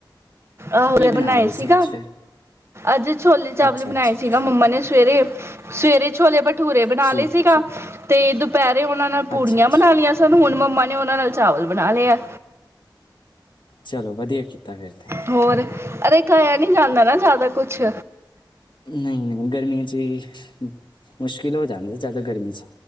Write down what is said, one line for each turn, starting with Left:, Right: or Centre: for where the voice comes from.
Right: ਆਹੋ
Left: ਕੀ ਬਣਾਇਆ
Right: ਬਣਾਏ
Left: ਤੁਸੀਂ
Right: ਸੀਗਾ
Left: ਅੱਜ ਫਿਰ
Right: ਅੱਜ ਛੋਲੇ ਚਾਵਲ
Left: ਅੱਛਾ
Right: ਬਣਾਏ
Left: ਅੱਛਾ
Right: ਸੀਗਾ ਮੰਮਾ ਨੇ ਸਵੇਰੇ ਸਵੇਰੇ ਛੋਲੇ ਭ, ਠੂਰੇ ਬਣਾ
Left: ਠੀਕ
Right: ਲਏ ਸੀਗਾ
Left: ਹੈ ਠੀਕ
Right: ਤੇ ਦੁਪਹਿਰੇ ਉਹਨਾਂ
Left: ਹੈ।
Right: ਨਾਲ ਪੂਰੀਆਂ
Left: ਅੱਛਾ ਅੱਛਾ
Right: ਬਣਾ ਲਈਆਂ। ਸਾਨੂੰ ਹੁਣ ਮੰਮਾ ਨੇ ਉਹਨਾਂ ਨਾਲ ਚਾਵਲ ਬਣਾਲੇ ਆ।
Left: ਚਲੋ ਵਧੀਆ ਕੀਤਾ ਫਿਰ ਤੇ।
Right: ਹੋਰ ਅਰੇ ਖਾਇਆ ਨੀ ਜਾਂਦਾ ਨਾ ਜ਼ਿਆਦਾ ਕੁੱਛ,
Left: ਨਹੀਂ ਨਹੀਂ, ਗਰਮੀਆਂ ਚ ਹੀ ਮੁਸ਼ਕਿਲ ਹੋ ਜਾਂਦਾ ਜ਼ਿਆਦਾ ਗਰਮੀ ਚ